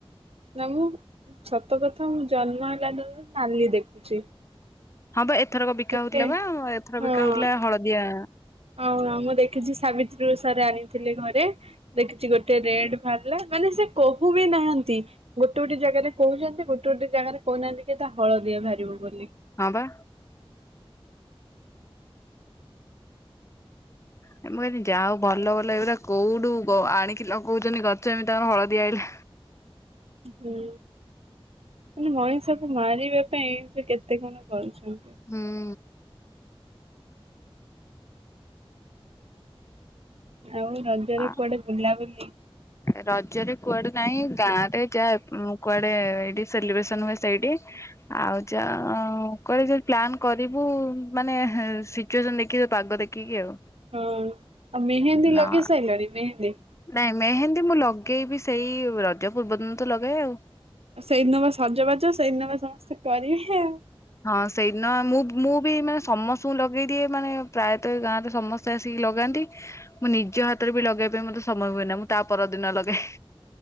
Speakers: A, on the right; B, on the left.
A: ନା ମୁଁ ସତ କଥା ମୁଁ ଜନ୍ମ ହେଲା ଦିନୁ ନାଲି ଦେଖୁଛି।
B: ହଁ ବା ଏଥରକ ବିକା
A: ଏବେ
B: ହଉଥିଲା ବା ଏଥର
A: ହଁ
B: ବିକା ହଉଥିଲା ହଳଦିଆ
A: ଆଉ ମୁଁ ଦେଖିଛି ସାବିତ୍ରୀ ଓଷାରେ ଆଣିଥିଲେ ଘରେ ଦେଖିଛି ଗୋଟେ ରେଡ ବାହାରିଲା, ମାନେ ସେ କହୁ ବି ନାହାନ୍ତି। ଗୋଟେ ଗୋଟେ ଜାଗାରେ କହୁଛନ୍ତି ଗୋଟେ ଗୋଟେ ଜାଗାରେ କହୁନାହାନ୍ତି କି ତା ହଳଦିଆ ବାହାରିବ ବୋଲି।
B: ହଁ ବା। ମୁଁ କହିଲି ଯା ହଉ ଭଲ ଭଲ ଏଗୁରା କୋଉଠୁ ଆଣିକି କି ଲଗଉଛନ୍ତି ଗଛ ଏମିତି ତାଙ୍କର ହଳଦିଆ ଆଇଲା।
A: ହୁଁ। ମାନେ ମଣିଷ କୁ ମାରିବା ପାଇଁ ସେ କେତେ କଣ କରୁଛନ୍ତି।
B: ହୁଁ।
A: ଆଉ ରଜରେ
B: ଆ
A: କୁଆଡେ ବୁଲାବୁଲି
B: ରଜରେ କୁଆଡୁ ନାହିଁ ଗାଁ ରେ ଯାଏ କୁଆଡେ ଏଇଠି ସେଲିବ୍ରେସନ ହୁଏ ସେଇଠି। ଆଉ ଯ କହିଲି ଯଦି ପ୍ଲାନ୍ କରିବୁ ମାନେ ଜଉ ଦିନ ଦେଖି ପାଗ ଦେଖିକି ଆଉ।
A: ହଁ ଆଉ ମେହେନ୍ଦୀ
B: ନା
A: ଲଗେଇ ସାଇଲଣି ମେହେନ୍ଦୀ।
B: ନାଇଁ ମେହେନ୍ଦୀ ମୁଁ ଲଗେଇବି ସେଇ ରଜ ପୂର୍ବଦିନ ତ ଲଗାଏ ଆଉ।
A: ସେଇଦିନ ବା ସଜବାଜ ସେଇଦିନ ବା ସମସ୍ତେ କରିବେ ଆଉ।
B: ହଁ ସେଇଦିନ ମୁଁ ମୁଁ ବି ମାନେ ସମସ୍ତଙ୍କୁ ଲଗେଇଦିଏ ମାନେ ପ୍ରାୟତଃ ଗାଁରେ ସମସ୍ତେ <unintelligible> ଆସିକି ଲଗାନ୍ତି ମୁଁ ନିଜ ହାତରେ ବି ଲଗେଇବା ପାଇଁ ମତେ ସମୟ ହୁଏ ନା ମୁଁ ତା ପରଦିନ ଲଗେ।